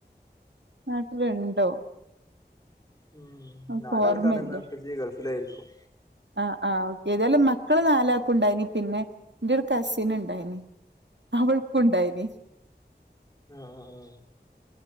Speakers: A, on the right; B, on the left.
A: നാട്ടിലുണ്ടോ
B: ഉം
A: ഓക്ക്
B: നാലാൾ
A: ഓർമ്മയില്ലേ
B: ക്കാരെന്ന പ്പച്ചി ഗൾഫിലായിരിക്കും
A: ആഹ് ആഹ ഏതായാലും മക്കള് നാലാക്കു ണ്ടായിന് പിന്നെ ന്റൊരു കസിന് ണ്ടായിന് അവൾക്കുണ്ടായിനി
B: ആഹ ആഹ